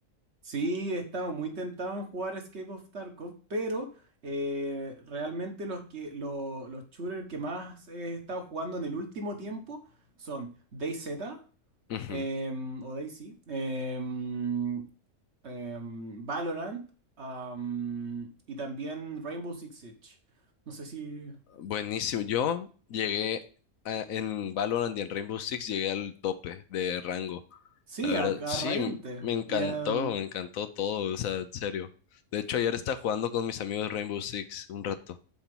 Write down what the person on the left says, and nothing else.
Ujú.
Buenísimo. Yo llegué a- en Valorant y en Rainbow Six llegué al tope de rango.
La verdad,
sí,
m- me encantó,
me encantó todo, o sea, en serio. De hecho, ayer estaba jugando con mis amigos Rainbow Six un rato.